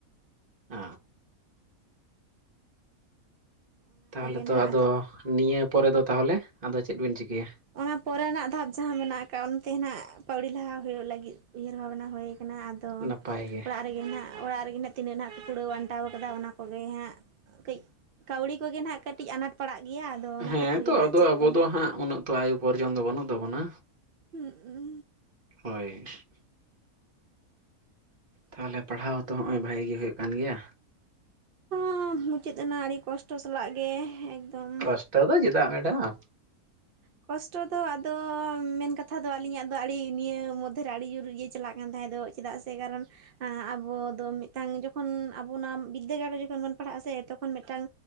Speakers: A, on the right; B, on the right.
A: ᱦᱮ,
B: ᱚᱱᱟ
A: ᱛᱟᱦᱚᱞᱮ
B: ᱠᱚᱜᱮ
A: ᱛᱚ
B: ᱱᱟᱦᱟᱜ
A: ᱟᱫᱚ ᱱᱤᱭᱟᱹ ᱯᱚᱨᱮ ᱫᱚ ᱛᱟᱦᱚᱞᱮ, ᱟᱫᱚ ᱪᱮᱫ ᱵᱤᱱ ᱪᱤᱠᱟᱹᱭᱟ?
B: ᱚᱱᱟ ᱯᱚᱨᱮᱱᱟᱜ ᱫᱷᱟᱯ ᱡᱟᱦᱟᱸ ᱢᱮᱱᱟᱜ ᱟᱠᱟᱫ ᱚᱱᱛᱮ ᱱᱟᱜᱷ ᱯᱟᱣᱲᱤ ᱞᱟᱦᱟ ᱦᱩᱭᱩᱜ ᱞᱟᱹᱜᱤᱫ ᱾ ᱩᱭᱦᱟᱹᱨ ᱵᱷᱟᱵᱽᱱᱟ ᱦᱩᱭ ᱟᱠᱟᱱᱟ, ᱟᱫᱚ
A: ᱱᱟᱯᱟᱭ ᱜᱮ
B: ᱚᱲᱟᱜ ᱨᱮᱜᱮ ᱱᱟᱜᱷ᱾ ᱚᱲᱟᱜ ᱨᱮᱜᱮ ᱱᱟᱜᱷ ᱛᱤᱱᱟᱹᱜ ᱱᱟᱜᱷ ᱠᱩᱲᱟᱹᱣ ᱟᱱᱴᱟᱣ ᱟᱠᱟᱫᱟ ᱚᱱᱟ ᱠᱚᱜᱮ ᱦᱟᱸᱜ ᱠᱟᱹᱡ ᱠᱟᱹᱣᱲᱤ ᱠᱚᱜᱮ ᱱᱟᱜᱷ ᱠᱟᱹᱴᱤᱡ ᱟᱱᱟᱴ ᱯᱟᱲᱟᱜ ᱜᱮᱭᱟ, ᱟᱫᱚ ᱚᱱᱟ
A: ᱦᱮᱸ
B: ᱠᱷᱟᱹᱛᱤᱨ
A: ᱛᱚ
B: ᱜᱮ ᱱᱟᱜᱷ
A: ᱟᱫᱚ
B: ᱪᱮᱫ
A: ᱟᱵᱚ
B: ᱠᱚ
A: ᱫᱚ
B: ᱱᱟᱜᱷ᱾
A: ᱦᱟᱸᱜ ᱩᱱᱟᱹᱜ ᱛᱚ ᱟᱭ ᱩᱯᱟᱨᱡᱚᱱ ᱫᱚ ᱵᱟᱹᱱᱩᱜ ᱛᱟᱵᱚᱱᱟ᱾
B: ᱦᱩᱸᱜ ᱩ᱾
A: ᱦᱳᱭ᱾ ᱛᱟᱦᱚᱞᱮ ᱯᱟᱲᱦᱟᱣ ᱛᱚ ᱦᱚᱸᱜᱼᱚᱭ ᱵᱷᱟᱜᱮ ᱜᱮ ᱦᱩᱭᱩᱜ ᱠᱟᱱ ᱜᱮᱭᱟ᱾
B: ᱦᱚᱸ ᱢᱩᱪᱟᱹᱫ ᱮᱱᱟ ᱟᱹᱰᱤ ᱠᱚᱥᱴᱚ ᱥᱟᱞᱟᱜ ᱜᱮ ᱮᱠᱫᱚᱢ ᱾
A: ᱠᱚᱥᱴᱚ ᱫᱚ ᱪᱮᱫᱟᱜ ᱢᱮᱰᱟᱢ᱾
B: ᱠᱚᱥᱴᱚ ᱫᱚ ᱟᱫᱚ ᱢᱮᱱ ᱠᱟᱛᱷᱟ ᱫᱚ ᱟᱹᱞᱤᱧᱟᱜ ᱫᱚ ᱟᱹᱰᱤ ᱱᱤᱭᱟᱹ ᱢᱚᱫᱽᱫᱷᱮᱨ ᱨᱮ ᱟᱹᱰᱤ ᱡᱳᱨ ᱤᱭᱟᱹ ᱪᱟᱞᱟᱜ ᱠᱟᱱ ᱛᱟᱦᱮᱸᱜ ᱫᱚ᱾ ᱪᱮᱫᱟᱜ ᱥᱮ ᱠᱟᱨᱚᱱ, ᱟᱵᱚ ᱫᱚ ᱢᱤᱫᱴᱟᱱ ᱡᱚᱠᱷᱚᱱ ᱟᱵᱚ ᱱᱚᱣᱟ ᱵᱤᱫᱽᱫᱟᱹᱜᱟᱲ ᱨᱮ ᱡᱚᱠᱷᱚᱱ ᱵᱚᱱ ᱯᱟᱲᱦᱟᱜᱼᱟ ᱥᱮ ᱛᱚᱠᱷᱚᱱ ᱢᱤᱫᱴᱟᱝ